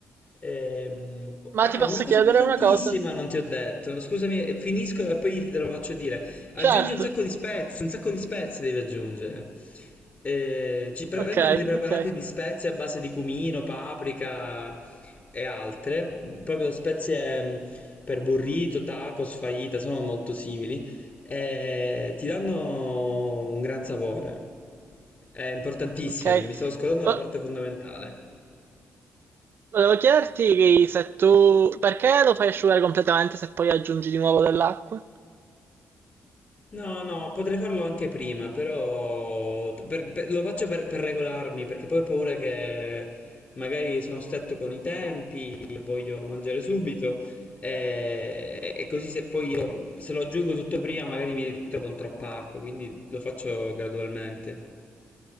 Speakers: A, on the left; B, on the right.
A: Ehm, po-
B: Ma
A: ah,
B: ti posso
A: una cosa
B: chiedere
A: importantissima
B: una cosa?
A: non ti ho detto. Scusami, eh, finisco e poi te lo faccio dire. Aggiungi
B: Certo.
A: un sacco di spezie, un sacco di spezie devi aggiungere. Eh, ci pre- vendono
B: Ok,
A: dei preparati
B: ok,
A: di spezie a base di cumino, paprika e altre, proprio spezie mh, per burrito, tacos, fajita, sono molto simili e ti danno un gran sapore. È importantissimo,
B: ok.
A: mi stavo scordando
B: Vo-
A: la parte fondamentale.
B: volevo chiederti se tu... Perché lo fai asciugare completamente se poi aggiungi di nuovo dell'acqua?
A: No, no, potrei farlo anche prima, però per- per- lo faccio per, per regolarmi, perché poi ho paura che magari sono stretto con i tempi, voglio mangiare subito, e, e così se poi io, se lo aggiungo tutto prima magari mi ritrovo con troppa acqua, quindi lo faccio gradualmente.